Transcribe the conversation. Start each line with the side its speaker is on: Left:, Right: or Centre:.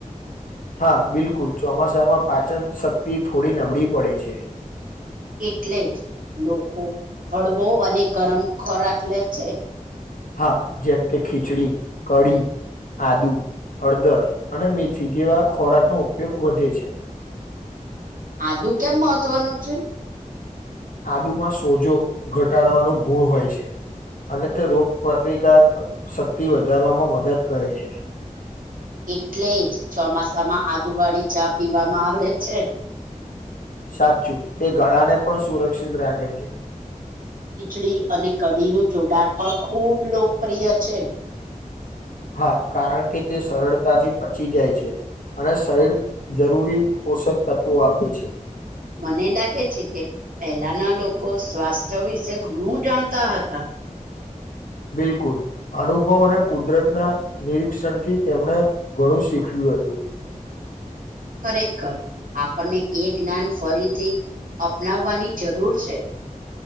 Left: હા બિલકુલ ચોમાસામાં પાચન શક્તિ થોડી નબળી પડે છે
Right: એટલે જ લોકો હળવો અને ગરમ ખોરાક લે છે
Left: હા જેમ કે ખીચડી કડી આદુ હળદર અને મેથી જેવા ખોરાક નો ઉપયોગ વધે છે
Right: આદુ કેમ મહત્વનું છે
Left: આદુમાં સોજો ઘટાડવાનું ગુણ હોય છે અને તે રોગ પ્રતિકાર શક્તિ વધારવામાં મદદ કરે છે
Right: એટલે જ ચોમાસામાં આદુવાળી ચા પીવામાં આવે છે
Left: સાચું તે ગળાને પણ સુરક્ષિત રાખે છે
Right: ખીચડી અને કઢીનું જોડાણ પણ ખૂબ લોકપ્રિય છે
Left: હા કારણ કે તે સરળતાથી પચી જાય છે અને શરીર જરૂરી પોષક તત્વો આપે છે
Right: મને લાગે છે કે પહેલાના લોકો સ્વાસ્થ્ય વિશે ઘણું જાણતા હતા
Left: બિલકુલ અનુભવ અને કુદરતના નિરીક્ષણથી તેમણે ઘણું શીખ્યું હતું
Right: ખરેખખર આપણને એ જ્ઞાન ફરીથી અપનાવવાની જરૂર છે